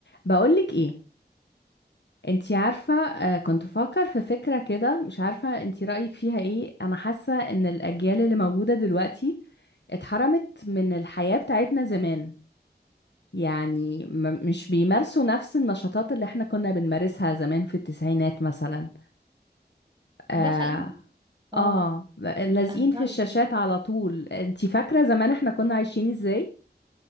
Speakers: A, on the left (about 80°); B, on the right (about 25°).
A: بقولك ايه انتي عارفة آه، كنت بفكر في فكرة كده مش عارفة انتي رأيك فيها ايه انا حاسة ان الاجيال اللي موجودة دلوقتي اتحرمت من الحياة بتاعتنا زمان يعني م- مش بيمارسوا نفس النشاطات اللي احنا كنا بنمارسها زمان في التسعينات مثلا اه,
B: ده حقيقي اه
A: آه لازقين
B: انا
A: في
B: فعلا
A: الشاشات على طول انتي فاكرة زمان احنا كنا عايشين ازاي